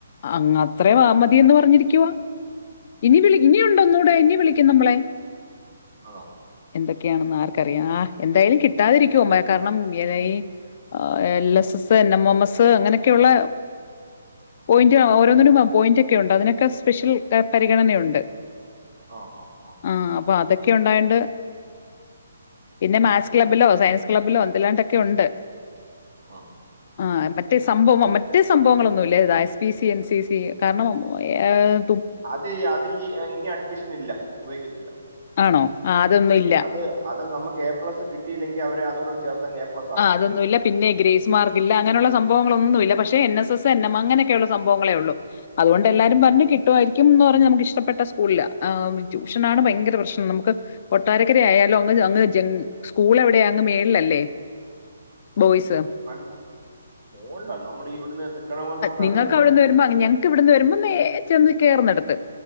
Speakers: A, on the left; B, on the right.
A: അങ്ങ അത്രേം വാ മതി എന്ന് പറഞ്ഞിരിക്കുവ. ഇനി വിളി ഇനിയൊണ്ട് ഒന്നൂടെ ഇനി വിളിക്കും നമ്മളെ.
B: ആണോ.
A: എന്തൊക്കെയാണെന്ന് ആർക്കറിയാം. ആ എന്തായാലും കിട്ടാതിരിക്കുവോമ്മെ കാരണം ഈ L S S N M M S അങ്ങനെയൊക്കെയുള്ള. പോയിന്റ് ഓരോന്നിനും പോയിന്റക്കെ ഉണ്ട് അതിനൊക്കെ സ്പെഷ്യൽ പരിഗണനയുണ്ട്.
B: ആഹ്, ആഹ്, ആഹ്.
A: ആ അപ്പൊ അതൊക്കെ ഒണ്ടായൊണ്ട് പിന്നെ മാത് സ് ക്ലബ്ബിലോ,
B: ആ
A: സയൻസ് ക്ലബിലോ എന്ത്ല്ലാണ്ടൊക്കെ ഒണ്ട്.
B: ആഹ.
A: ആഹ് മറ്റേ സംഭവം മറ്റേ സംഭവങ്ങളൊന്നും ഇല്ല <unintelligible> P C N C C കാരണം ഏഹ്.
B: അത്, അത് ഇനി അഡ്മിഷനില്ല ഉപയോഗിക്കത്തില്ല.
A: ആണോ ആ അതൊന്നും ഇല്ല.
B: അത് അത് നമുക്ക് എ പ്ലസ് കിട്ടയില്ലെങ്കി അവര് അതൂട ചേർത്തങ് എ പ്ലസ് ആക്കും
A: ആഹ് അതൊന്നുല്ല. പിന്നെ ഗ്രേസ് മാർക്ക് ഇല്ല അങ്ങനുള്ള സംഭവങ്ങളോന്നും ഇല്ല പക്ഷെ N S S N M അങ്ങനെയൊക്കെയള്ള സംഭവങ്ങളേ ഒള്ളു. അതുകൊണ്ട് എല്ലാരും
B: ഉം.
A: പറഞ്ഞു കി കിട്ടുവായിരിക്കും എന്ന് പറഞ്ഞ് നമുക്ക് ഇഷ്ടപ്പെട്ട സ്കൂളില. ട്യൂഷനാണ് ഭയങ്കര പ്രശ്നം നമുക്ക് കൊട്ടാരക്കരയാലും അങ്ങ്, അങ്ങ് ജങ് സ്കൂൾ എവിടെയാ അങ്ങ് മേളിലല്ലേ. ബോയ്സ്.
B: അൽ മോളില നമ്മള് ഈ ഇവിടുന്ന് തൃക്കണ്ണമൂലത്ത് അങ്ങോട്ട്
A: നിങ്ങൾക്ക്
B: എറങ്ങി ചെല്ലുന്നിടത്തില്ലേ.
A: അവിടുന്ന് വരുമ്പോ ഞങ്ങക്ക് ഇവിടുന്ന് വരുമ്പോ നേ ചെന്ന് കേറുന്നെടുത്ത്.